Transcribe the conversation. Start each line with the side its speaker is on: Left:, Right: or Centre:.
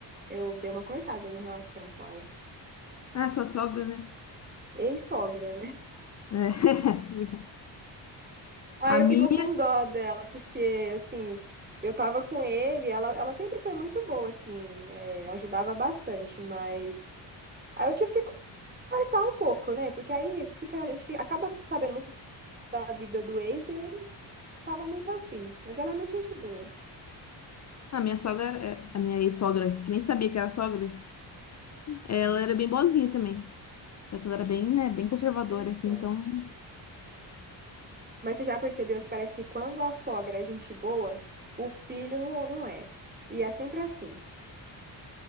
Right: eu dei uma cortada na relação com ela.
Left: Ah, sua sogra, né?
Right: Ex-sogra, né?
Left: É, <laughs> verdade.
Right: Aí
Left: A minha,
Right: eu fico com dó dela, porque, assim, eu tava com ele, ela, ela sempre foi muito boa, assim, é, ajudava bastante, mas. Aí eu tive que cortar um pouco, né? Porque aí fica, a gente fica- acaba sabendo muito da vida do ex e eu não tava muito afim. Mas ela é muito gente boa.
Left: a minha sogra, é- a minha ex-sogra, que nem sabia que era sogra. Ela era bem boazinha também. Só que ela era bem, né, bem conservadora,
Right: Então.
Left: assim, então.
Right: Mas você já percebeu que parece que quando a sogra é gente boa, o filho não, não é. E é sempre assim.